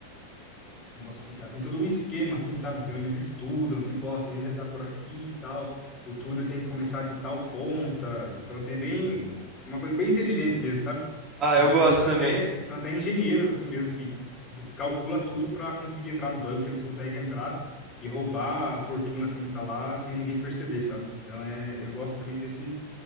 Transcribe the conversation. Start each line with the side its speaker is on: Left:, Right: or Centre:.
Left: Como posso explicar? Tem todo um esquema, assim, sabe? Então eles estudam, tipo, ó, se a gente entrar por aqui e tal, o túnel tem que começar de tal ponta. Então, assim, é bem, uma coisa bem inteligente mesmo, sabe?
Right: Ah,
Left: Se
Right: eu
Left: eu não me
Right: gosto
Left: engano, são
Right: também.
Left: até, são até engenheiros, assim mesmo, que, que tipo, calcula tudo para conseguir entrar no banco, que eles conseguem entrar e roubar a fortuna, assim, que tá lá, sem ninguém perceber, sabe? Então, é, eu gosto também desse